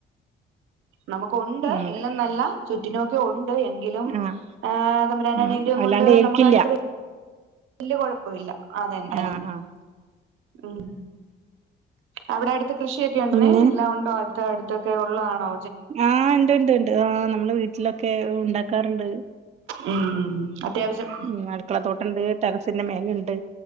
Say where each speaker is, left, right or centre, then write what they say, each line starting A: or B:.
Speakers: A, on the right (about 85°); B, on the right (about 35°).
A: നമുക്കൊണ്ട്
B: ഉം അതെ
A: ഇല്ലെന്നല്ല ചുറ്റിനൊക്കെ ഒണ്ട് എങ്കിലും-
B: ആഹ്
A: ആഹ് തമ്പുരാന്റെ
B: ആഹ്
A: അനുഗ്രഹം
B: വല്ലാണ്ട്
A: കൊണ്ട്
B: ഏൽക്കില്ല
A: നമുക്ക് അടുത്ത് വെ വല്ല്യ കൊഴപ്പിയില്ല അതെ അത്
B: ആഹ്
A: തന്നെ
B: ആഹ്
A: ഉം അവിടെ അടുത്ത് കൃഷിയൊക്കെ ഒണ്ടുന്നെ
B: പിന്നെ
A: എല്ലാം ഉണ്ടോ അടുത്ത അടുത്ത് ക്കെ ഒള്ളെയാണോ
B: ആഹ് ഇണ്ട് ഇണ്ട് ഇണ്ട് ആഹ് നമ്മള് വീട്ടിലൊക്കെ ഒണ്ടാക്കാറുണ്ട്
A: ഉം അത്യാവശ്യം
B: ഉം അടുക്കളത്തോട്ടണ്ട് ടെറസിന്റെ മേലയ്ണ്ട്